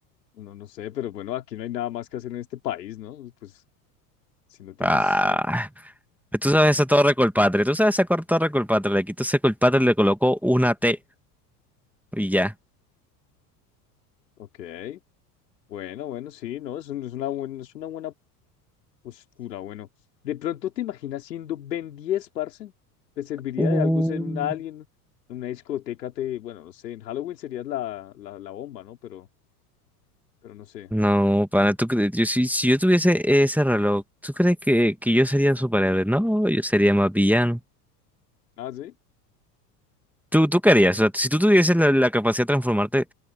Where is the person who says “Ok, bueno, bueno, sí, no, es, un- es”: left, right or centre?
Left